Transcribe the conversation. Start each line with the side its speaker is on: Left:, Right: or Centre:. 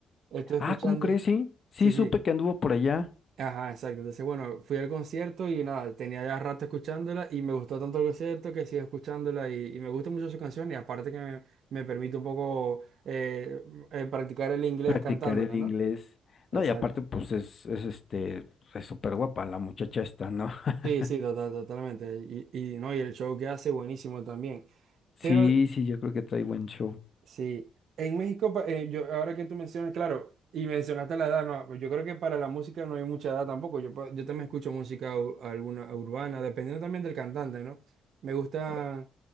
Right: estoy escuchando,
Left: Ah, ¿cómo crees? Sí, sí,
Right: sí,
Left: supe
Right: sí.
Left: que anduvo por allá.
Right: Ajá, exacto. Entonces, bueno, fui al concierto y nada, tenía ya rato escuchándola y me gustó tanto el concierto que sigo escuchándola y, y me gusta mucho su canción y aparte que me, me permite un poco eh, eh, practicar el inglés
Left: Practicaré
Right: cantándola,
Left: el inglés.
Right: ¿no? Exacto.
Left: No, y aparte, pues es, es este, es súper guapa la muchacha esta, ¿no? <laughs>
Right: Sí, sí, total- totalmente. Y, y no, y el show que hace buenísimo también.
Left: Sí,
Right: Pero
Left: sí, yo creo que trae buen show.
Right: Sí, en México, pa- eh, yo, ahora que tú mencionas, claro, y mencionaste la edad, no, yo creo que para la música no hay mucha edad tampoco. Yo, pa- yo también escucho música u- alguna urbana, dependiendo también del cantante, ¿no? Me gusta,
Left: O-